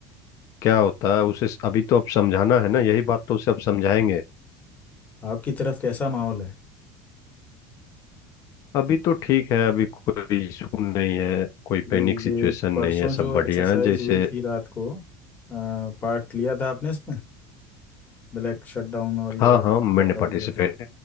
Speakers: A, on the left; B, on the left.
A: क्या होता है उसे अभी तो अब समझाना है ना यही बात तो उसे अब समझाएंगे
B: आपकी तरफ कैसा माहौल है
A: अभी तो ठीक है अभी कोई इशू नहीं है कोई पैनिक
B: ये
A: सिचुएशन
B: ये परसों
A: नहीं है
B: जो
A: सब बढ़िया
B: एक्सरसाइज
A: है जैसे
B: हुई थी रात को पार्ट लिया था आपने इसमें ब्लैक शटडाउन और ये
A: हाँ
B: वाली
A: हाँ मैंने
B: ब्लैकआउट
A: पार्टिसिपेट
B: वाली